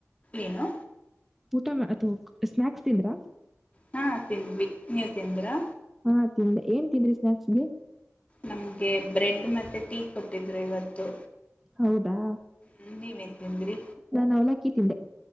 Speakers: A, on the left; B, in the centre.
A: ಏನು?
B: ಊಟ ಅಥ ಸ್ನಾಕ್ಸ್ ತಿಂದ್ರಾ?
A: ಹಾ ತಿಂದ್ವಿ ನೀವ್ ತಿಂದ್ರಾ.
B: ಹಾ ತಿಂದೆ ಏನ್ ತಿಂದ್ರಿ ಸ್ನಾಕ್ಸ್ಗೆ.
A: ನಮ್ಗೆ ಬ್ರೆಡ್ ಮತ್ತೆ ಟೀ ಕೊಟ್ಟಿದ್ರು ಇವತ್ತು.
B: ಹೌದಾ
A: ಹ್ಮ್ ನೀವೇನ್ ತಿಂದ್ರಿ
B: ನಾನು ಅವಲಕ್ಕಿ ತಿಂದೆ